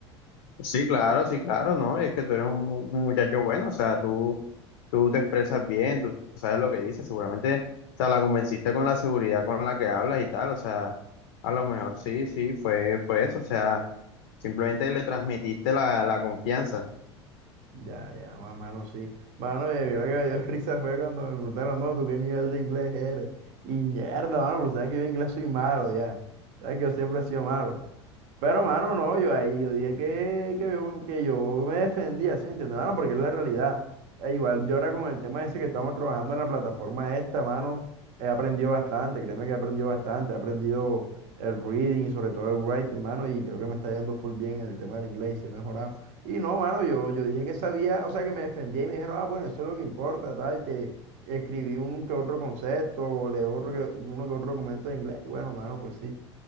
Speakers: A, on the left (about 60°); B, on the right (about 50°).
A: Sí, claro, sí, claro, ¿no? Y es que tú eres un, un muchacho bueno, o sea, tú, tú te expresas bien, tú sabes lo que dices, seguramente, o sea, la convenciste con la seguridad con la que hablas y tal, o sea, a lo mejor sí, sí, fue, fue eso, o sea, simplemente le transmitiste la, la confianza.
B: Ya, ya, ma- mano, sí. Mano, y lo que me dio <laughs> risa fue cuando me preguntaron, no, ¿tú qué nivel de inglés eres? Y mierda, mano, pero sabes que yo en inglés soy malo, ya. Sabes que yo siempre he sido malo. Pero, mano, no, yo ahí, yo dije que, que, yo, que yo me defendía, ¿sí? ¿Entiendes? Mano, porque es la realidad. E igual yo ahora con el tema ese que estamos trabajando en la plataforma esta, mano, he aprendido bastante, créeme que he aprendido bastante, he aprendido el reading y sobre todo el writing, mano, y creo que me está yendo full bien en el tema del inglés, sí he mejorado. Y no, mano, yo, yo dije que sabía, o sea, que me defendía y me dijeron, ah, bueno, eso es lo que importa, tal, que escribí un que otro concepto, leo otro que, uno que otro documento de inglés, y bueno, mano, pues sí.